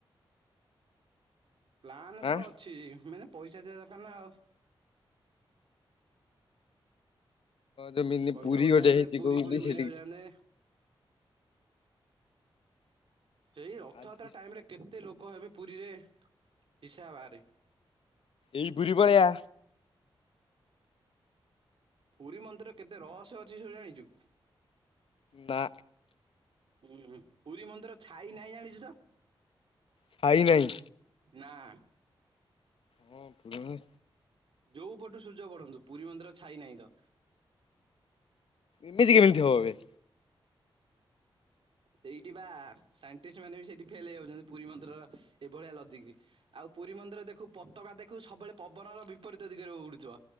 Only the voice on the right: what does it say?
ପ୍ଲାନ ତ
ଅଛି ମାନେ ପଇସା ଥିବା ଦରକାର ନା ଆଉ।
ପଇସା
ଫଇସା
ହେଲେ
ପୁରୀ
ଫୁରୀ ବୁଲିବାକୁ
ଯାଆନ୍ତେ। ସେଇ ରଥଯାତ୍ରା
ଟାଇମ୍ ରେ କେତେ ଲୋକ ହେବେ ପୁରୀରେ ଇସା ବାହାରେ
ପୁରୀ ମନ୍ଦିର କେତେ ରହସ୍ୟ ଅଛି ସବୁ ଜାଣିଚୁ।
ହୁଁ ହୁଁ ପୁରୀ ମନ୍ଦିର ଛାଇ ନାଇଁ ଜାଣିଚୁ ତ
ନା
ଯୋଉ ପଟୁ ସୂର୍ଯ୍ୟ ଗଢନ୍ତୁ ପୁରୀ ମନ୍ଦିର ଛାଇ ନାଇଁ ତ
ସେଇଠି ବା ସାଇଣ୍ଟିସ୍ଟ ମାନେ ବି ସେଇଠି ଫେଲ୍ ହେଇଯାଉଛନ୍ତି ପୁରୀ ମନ୍ଦିରର ଏଇଭଳିଆ ଲଜିକୀ ଆଉ ପୁରୀ ମନ୍ଦିର ଦେଖୁ ପତାକା ଦେଖୁବୁ ସବୁବେଳେ ପବନର ବିପରୀତ ଦିଗରେ ଉଡୁଥିବ।